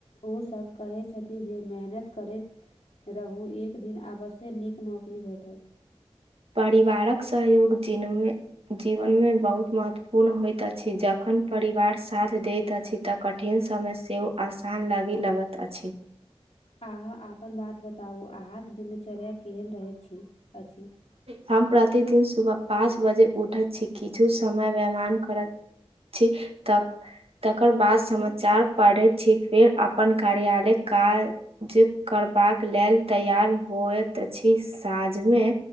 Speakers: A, on the left (about 60°); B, on the right (about 60°).
A: ओ सब कहै छथि जे मेहनत करैत रहु एक दिन आब सय नीक नौकरी भेटत।
B: परिवारक सहयोग जिनमे जीवनमे बहुत महत्वपूर्ण होइत अछी जखन परिवार स साथ देत अछि त कठिन समय सेहो आसान लागी लगैत अछि।
A: अहाँ आपन बात बताउ अहाँक दिनचर्य केहन रहै छी अछि?
B: हम प्रतिदिन सुबह पाँच बजे उठै छी किछु समय व्यामान करत छी त तकर बाद समाचार पाढ़ै छी फेर अपन कार्यालय काल। जे करबाक लेल तैयार होइत अछि साँझमे।